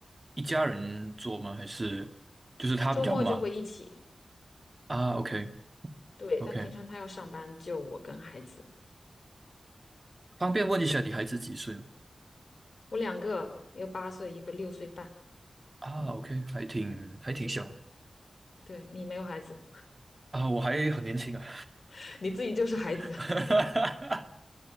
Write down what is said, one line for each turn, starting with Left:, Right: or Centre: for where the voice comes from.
Right: 一家人做吗？还是就是他比较忙
Left: 周末就会一起。
Right: 啊？OK
Left: 对，
Right: OK，
Left: 但平常他要上班，就我跟孩子，
Right: 方便问一下你孩子几岁吗
Left: 我两个，一个八岁，一个六岁半。
Right: 啊？OK，
Left: 嗯。
Right: 还挺还挺小
Left: 对你没有孩子，
Right: 啊，我还很年轻啊，
Left: <laughs> 你自己就是孩子。
Right: <laughs> 哈